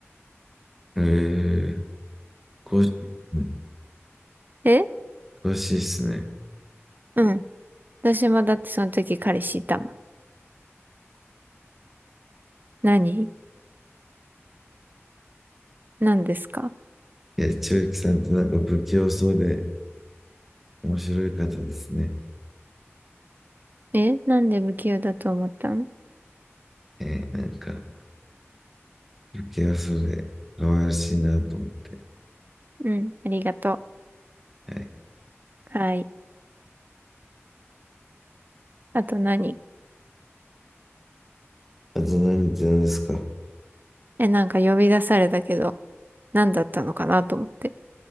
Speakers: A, in the centre; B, on the right.
A: えー、詳しい、うん
B: え
A: 詳しいっすね。
B: うん。私もだってその時彼氏いたもん。何何ですか
A: いや、千秋さんってなんか不器用そうで面白い方ですね。
B: えなんで無給だと思ったん
A: えー、なんか不器用そうで可愛らしいなと思って。
B: うん、ありがと
A: はい。
B: う。はい。あと何
A: あと何言ってたんですか
B: え、なんか呼び出されたけど、何だったのかなと思って。